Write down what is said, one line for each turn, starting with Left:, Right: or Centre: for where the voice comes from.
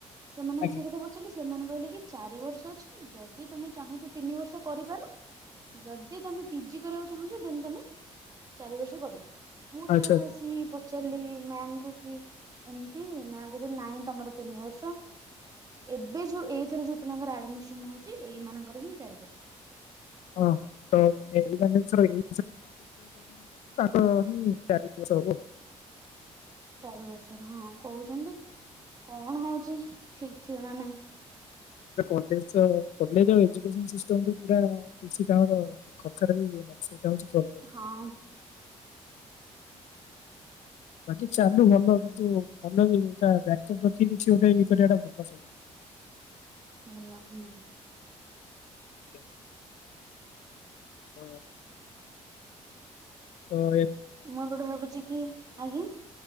Right: ସେମାନଙ୍କୁ
Left: ଆଜ୍ଞା
Right: ସେ
Left: ହୁଁ
Right: କଥା ସେଠି ସେମାନେ କହିଲେ କି ଚାରି ବର୍ଷ ଅଛି ଯଦି ତମେ ଚାହୁଁଚ ତିନି ବର୍ଷ କରିପାର ଯଦି ତମେ ପିଜି କରିବାକୁ ଚାହୁଁଚ ଦେନ୍ ତମେ ଚାରି ବର୍ଷ କରିବ। ମୁଁ
Left: ଆଚ୍ଛା
Right: ସେଇ କଥା
Left: ଆଚ୍ଛା
Right: ଆସିକି ପଚାରିଲି ମ୍ୟାମ୍ କୁ କି ଏମତି ମ୍ୟାମ୍ କହୁଚନ୍ତି ନାଇଁ ତମର ତିନି ବର୍ଷ। ଏବେ ଯୋଉ ଏଇଥର ଯୋଉ ପିଲାଙ୍କର ଆଡମିସନ୍ ହଉଚି ଏଇ ମାନଙ୍କର ହିଁ ଚାରି ବର୍ଷ।
Left: ହଁ। ତ ଏଇ ମାନେ <inaudible> ଅଛନ୍ତି ତାଙ୍କର ହିଁ ଚାରି ବର୍ଷ ହବ।
Right: ଚାରି ବର୍ଷର ହଁ କହୁଚନ୍ତି କଣ ହଉଚି ଠିକ୍ ଠିକଣା ନାଇଁ।
Left: ତ କଲେଜ୍ ତ କଲେଜ୍ ର ଏଜୁକେସନ୍ ସିଷ୍ଟମ ତ ପୁରା କିଛି ତାଙ୍କର କଥାର ବି ଇଏ ନାହିଁ ସେଇଟା ହଉଚି ପ୍ରୋବ୍ଲେମ୍।
Right: ହଁ।
Left: ବାକି ଚାଲୁ ଭଲ କିନ୍ତୁ ଭଲ ବି ତା ବ୍ୟାକପ୍ ରଖିକି କିଛି ଗୋଟେ ଇଏ କରିବା ଟା ଭଲ ସବୁ।
Right: ଭଲ ହୁଁ।
Left: <inaudible> ହଁ। ତ ଏ
Right: ମୁଁ କଣ ଭାବୁଚି କି ଆଜ୍ଞା।